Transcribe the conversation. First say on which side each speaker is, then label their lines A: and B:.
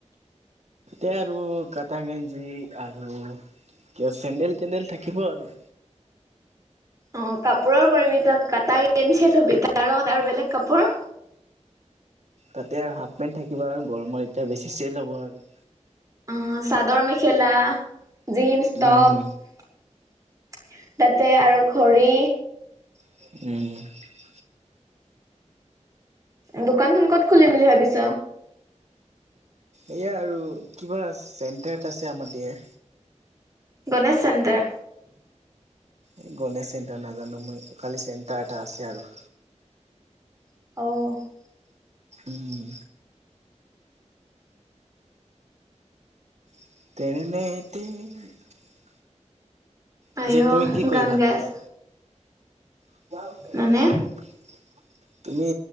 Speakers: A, on the right; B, on the right.
A: এয়া আৰু কাটা গেঞ্জি আৰু কিয় চেণ্ডেল তেেণ্ডেল থাকিব আৰু
B: অঁ কাপোৰৰ কৰিবি তই কটা গেঞ্জী থবি তাৰ লগত আৰু বেলেগ কাপোৰ
A: তাতে আৰু হাফ পেণ্ট থাকিব আৰু গৰমৰ এতিয়া বেছি চেল হব আৰু
B: অঁ চাদৰ মেখেলা জিনচ টপ
A: উম
B: তাতে আৰু ঘৰি
A: উম
B: দোকানখন ক'ত খুলিম বুলি ভাবিছ
A: এয়া আৰু কিবা চেণ্টাৰত আছে আমাৰ দিয়াৰ
B: গণেশ চেণ্টাৰ
A: এই গণেশ চেণ্টাৰ নাজানো মই খালী চেণ্টাৰ এটা আছে আৰু
B: অঁ
A: উম <unintelligible> পিছে
B: আইঅ
A: তুমি কি কৰি
B: গান
A: ভাল
B: গাই
A: পোৱা
B: আছ
A: <unintelligible>
B: মানে
A: তুমি